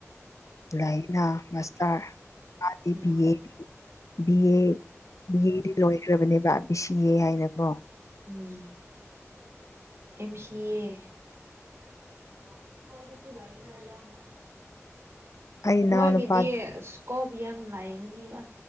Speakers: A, on the left; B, on the right.
A: ꯂꯥꯏꯔꯤꯛꯅ ꯃꯥꯁꯇꯥꯔ ꯃꯥꯗꯤ
B: um
A: B A B A ꯕꯤꯑꯦꯗꯤ ꯂꯣꯏꯒ꯭ꯔꯕꯅꯦꯕ ꯕꯤ ꯁꯤꯑꯦ ꯍꯥꯏꯅꯀꯣ
B: ꯎꯝ ꯑꯦꯝ ꯁꯤ ꯑꯦ ꯑ ꯍꯗ ꯁꯤꯂꯥꯏ ꯇꯔꯗꯅ
A: ꯑꯩ ꯏꯅꯥꯎ
B: ꯃꯣꯏꯒꯤꯗꯤ
A: ꯅꯨꯄꯥꯗꯤ
B: ꯏꯁꯀꯣꯞ ꯌꯥꯝ ꯂꯥꯛꯒꯅꯤꯕ